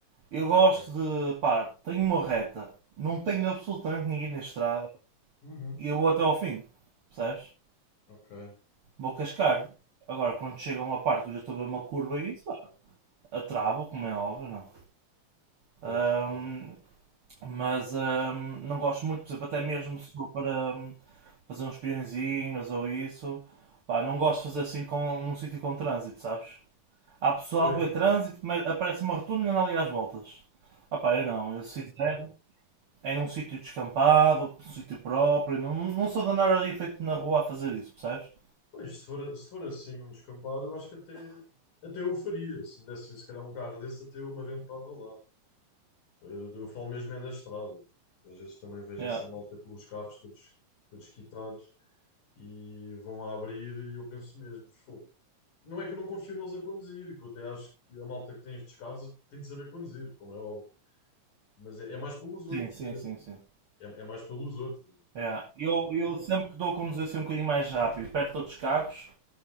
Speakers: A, on the right (about 45°); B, on the left (about 85°).
A: Eu gosto
B: ok.
A: de, pá, tenho uma reta, não tenho absolutamente ninguém na estrada
B: Uhum.
A: e eu vou até ao fim, percebes?
B: Ok,
A: Vou cascar. Agora, quando chega a uma parte que eu já estou a ver uma curva e isso, a trava, como é óbvio, não. é?
B: pois,
A: Ahm,
B: claro.
A: mas ahm, não gosto muito, por exemplo, até mesmo se for para ahm, fazer uns peõezinhos ou isso, pá, não gosto de fazer assim com, num sítio com trânsito, sabes? Há pessoal
B: Pois,
A: que vê trânsito,
B: pois.
A: mas aparece uma rotunda e anda ali às voltas. Ah pá, eu não, eu se fizer é num sítio descampado, num sítio próprio, não, não sou de andar ali feito na rua a fazer isso, percebes?
B: Pois, se for, se for assim num descampado, eu acho que até, até eu faria. Se me dessem, se calhar, um carro desse, até eu me aventurava lá. Eu, eu falo mesmo é da estrada. Às vezes também vejo
A: Yeah.
B: essa malta com os carros todos, todos quitados e vão a abrir e eu penso mesmo, fogo. Não é que eu não confio neles a conduzir, que eu até acho que a malta que tem estes carros tem de saber conduzir, como é óbvio. Mas é, é mais pelos
A: Sim,
B: outros
A: sim,
B: mesmo.
A: sim, sim.
B: É, é mais pelos outros.
A: Yeah. Eu, eu sempre que dou a conduzir assim um bocadinho mais rápido, perto de outros carros,